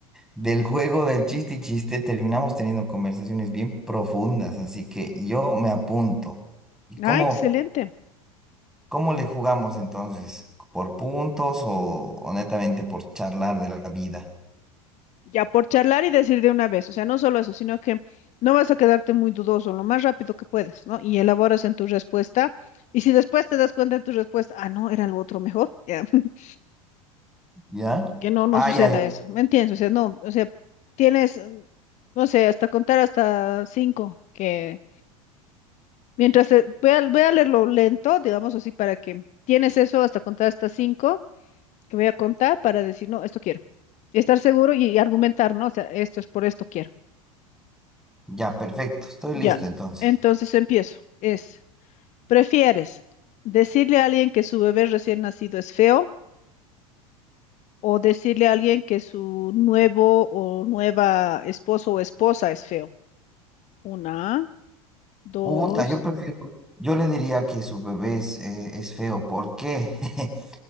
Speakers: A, in the centre; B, on the left.
A: del juego del chiste y chiste terminamos teniendo conversaciones bien profundas? Así que yo me apunto. ¿Y cómo,
B: Ah, excelente.
A: cómo le jugamos entonces? ¿Por puntos o o netamente por charlar de la vida?
B: Ya por charlar y decir de una vez, o sea, no solo eso, sino que no vas a quedarte muy dudoso, lo más rápido que puedas, ¿no? Y elaboras en tu respuesta. Y si después te das cuenta en tu respuesta, ah, no, era lo otro mejor, ya, <laughs>
A: ¿Ya?
B: Que no, no
A: Ah,
B: suceda
A: ya, ya.
B: eso, ¿me entiendes? O sea, no, o sea, tienes, mm, no sé, hasta contar hasta cinco, que mientras, te- voy a, voy a leerlo lento, digamos así, para que tienes eso hasta contar hasta cinco, que voy a contar para decir, no, esto quiero. Y estar seguro y, y argumentar, ¿no? O sea, esto es por esto quiero.
A: Ya, perfecto. Estoy
B: Ya,
A: listo entonces.
B: entonces empiezo. Es, ¿prefieres decirle a alguien que su bebé recién nacido es feo o decirle a alguien que su nuevo o nueva esposo o esposa es feo? Una, dos,
A: Uta, yo prefiero, yo le diría que su bebé es, eh, es feo. ¿Por qué? <laughs>